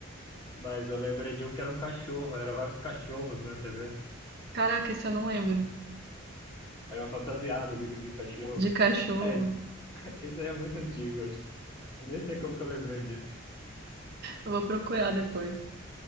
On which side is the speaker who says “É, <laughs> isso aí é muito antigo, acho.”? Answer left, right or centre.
Left